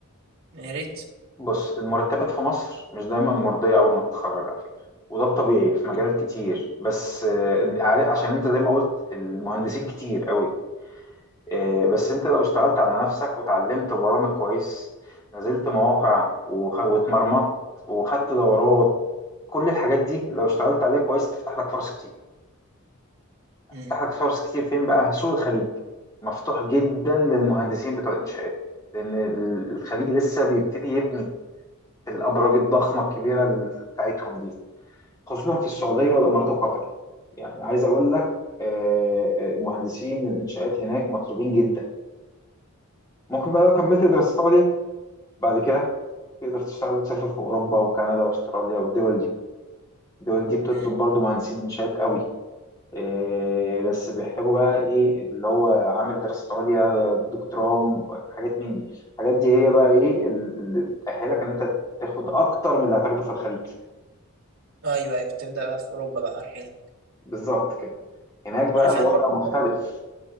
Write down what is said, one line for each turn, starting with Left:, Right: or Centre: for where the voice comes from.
Right: يا ريت
Left: بص المرتبات في مصر مش دايما مرضية أول ما تتخرج على فكرة وده الطبيعي في مجالات
Right: مم.
Left: كتير بس آه، عشان انت زي ما قلت المهندسين كتير قوي إيه، بس انت لو اشتغلت على نفسك وتعلمت برامج كويس نزلت مواقع وخ- واتمرمطت وخدت دورات كل الحاجات دي لو اشتغلت عليها كويس تفتح لك فرص كتير تفتح
Right: مم.
Left: لك فرص كتير فين بقى سوق الخليج مفتوح جدا للمهندسين بتوع الانشاءات لان ال- الخليج لسه بيبتدي يبني في الابراج الضخمه الكبيره ال- بتاعتهم دي خصوصا في السعوديه والامارات وقطر يعني عايز اقول لك آه، آه، مهندسين الانشاءات هناك مطلوبين جدا ممكن بقى لو كملت دراسات عليا بعد كده تقدر تشتغل وتسافر في أوروبا وكندا وأستراليا والدول دي الدول دي بتطلب
Right: مم.
Left: برضو مهندسين إنشاءات قوي إيه بس بيحتاجوا بقى إيه اللي هو عامل دراسة عليا دكتوراه حاجات من دي الحاجات دي هي بقى إيه اللي بتأهلك إن أنت تاخد أكتر من اللي هتاخده في الخليج
Right: أيوه أيوه بتبدأ بقى في أوروبا بقى رحلة
Left: بالظبط كده هناك بقى
Right: أنا فعلا
Left: الوضع
Right: برضه
Left: مختلف